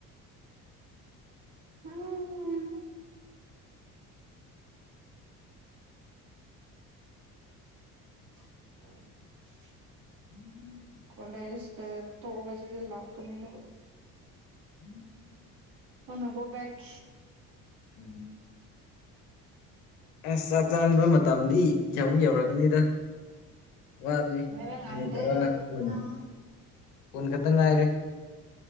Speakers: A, on the right; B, on the left.
A: ꯎꯝ <unintelligible> ꯎ <unintelligible>
B: ꯎꯝ
A: ꯀꯣꯂꯦꯖ ꯇꯣꯛꯑꯕꯁꯤꯗ ꯂꯥꯛꯄꯅꯤꯗ
B: ꯎꯝ
A: ꯍꯅꯒꯣꯕꯦꯛ
B: ꯎꯝ ꯑꯁ ꯆꯥꯛ ꯆꯥꯕ ꯃꯇꯝꯗꯤ ꯌꯥꯎꯗꯤ ꯌꯧꯔꯛꯀꯅꯤꯗ ꯋꯥꯠꯅꯤ
A: ꯉꯥꯏꯕ ꯉꯝꯗꯦ
B: ꯃꯤ ꯇꯔꯥ
A: ꯏꯕꯨꯡꯉꯣ
B: ꯀꯨꯟꯅꯤ ꯀꯨꯟ ꯈꯛꯇꯪ ꯉꯥꯏꯔꯦ